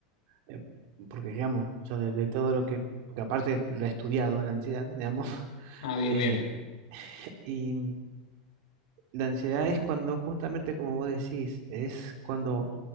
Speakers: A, on the right; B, on the left.
A: Eh, porque, digamos, yo de, de todo lo que, porque aparte la he estudiado, la ansiedad, digamos, <laughs>
B: Ah, bien,
A: Eh,
B: bien.
A: <laughs> y la ansiedad es cuando, justamente como vos decís, es cuando